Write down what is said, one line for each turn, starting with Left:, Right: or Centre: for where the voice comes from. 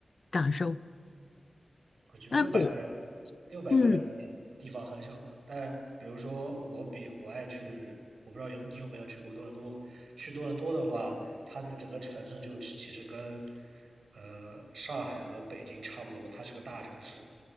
Left: 感受。
Right: 我就六百个人，
Left: 那国，
Right: 六百个人比地方很小嘛。
Left: 嗯，
Right: 但比如说我比我爱去，我不知道有你有没有去过多伦多。去多伦多的话，它的整个城市就其其实跟呃上海和北京差不多，它是个大城市，